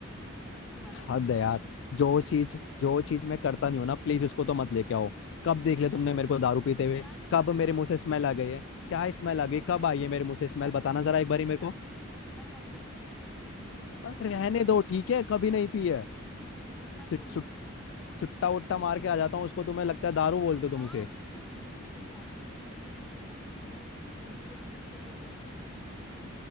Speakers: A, in the centre; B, on the left.
A: मैं तब भी तुम्हारा वेट
B: हद
A: करती
B: है यार
A: रहूँ क्या
B: जो चीज जो चीज मैं करता नहीं हूं ना प्लीज उसको तो मत लेके आओ कब देख
A: क्या
B: लिया
A: नहीं
B: तुमने
A: करते
B: मेरे को
A: तुम
B: दारू
A: क्या
B: पीते हुए
A: नहीं
B: कब
A: करते
B: मेरे
A: तुम
B: मुंह से स्मेल आ गई है क्या स्मेल आ गई कब आई है मेरे मुंह
A: ह-
B: से स्मेल
A: हर
B: बताना
A: हफ्ते
B: जरा एक
A: तुम
B: बारी
A: पी
B: मेरे
A: के
B: को
A: आते हो हर हफ्ते तुम पी के आते हो समझे
B: पर रहने दो ठीक है कभी नहीं पी है
A: झूठ
B: सुट,
A: मत बोलो
B: सुट,
A: मेरे से ये
B: सुट्टा उट्टा मार के आ जाता हूँ उसको तुम्हें लगता है दारू बोलते हो
A: हाँ
B: तुम इसे
A: बिल्कुल ये चीज देखो अब मे- तुमने जब मेरे से शादी की जब मेरे से रिलेशनशिप में तब तो बोलते थे तुम नहीं पीते